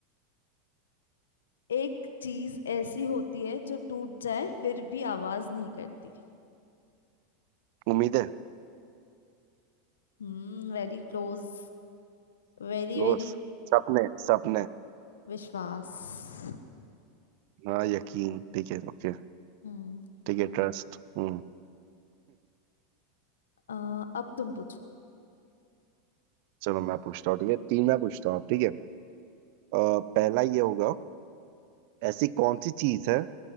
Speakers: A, on the left (about 80°); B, on the right (about 60°).
A: एक चीज ऐसी होती है जो टूट जाए फिर भी आवाज नहीं करती
B: उम्मीदें
A: हम्म Very close Very
B: क्लोज
A: very
B: सपने सपने
A: विश्वास
B: हाँ यकीन ठीक है ओके
A: हम्म
B: ठीक है ट्रस्ट हम्म
A: अ, अब तुम पूछो
B: चलो मैं पूछता हूँ ठीक है तीन मैं पूछता हूँ ठीक है अ, पहला ये होगा ऐसी कौन सी चीज है